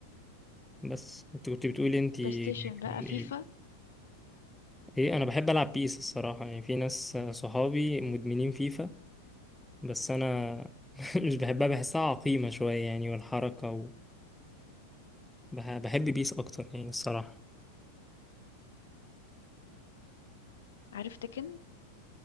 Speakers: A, in the centre; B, on the left.
A: بس انت كنت بتقولي انت كمان
B: بلايستيشن بقى فيفا
A: ايه ايه انا بحب العب بيس الصراحة يعني في ناس صحابي مدمنين فيفا بس انا <laughs> مش بحبها بحسها عقيمة شوية يعني والحركة و... بح- بحب بيس اكتر يعني الصراحة
B: عارف تكن